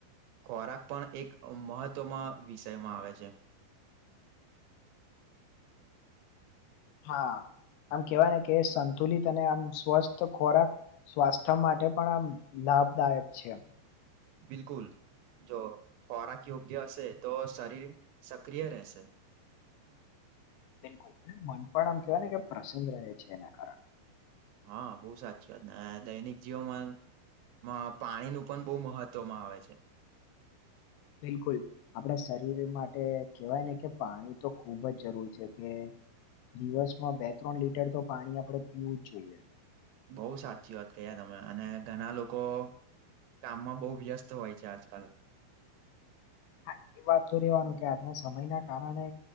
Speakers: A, on the right; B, on the left.
A: ખોરાક પણ એક મહત્વમા વિષયમાં આવે છે.
B: હા. આમ કેવાય ને કે સંતુલિત અને આમ સ્વસ્થ ખોરાક સ્વાસ્થ્ય માટે પણ આમ લાભદાયક છે.
A: બિલકુલ જો ખોરાક યોગ્ય હશે તો શરીર સક્રિય રહેશે.
B: બિલકુલ અને મન પણ આમ કેવાય ને કે પ્રસન રહે છે એના કારણે
A: હા બોવ સાચીત ને દૈનિક જીવોમાં માં પાણી નું પણ બોવ મહત્વમાં આવે છે.
B: બિલકુલ આપણા શરીરમાં કેહેવાય ને કે પાણી તો ખુબ જ જરૂર છે કે દિવસમાં બે ત્રણ લીટર તો પાણી આપણે પીવું જ જોઈએ
A: બોવ સાચી વાત કહીયા તમે અને ઘણા લોકો કામમાં બો વ્યસ્ત હોય છે આજકાલ
B: હા એ વાત તો રેવાનું કે આજના સમય ના કારણે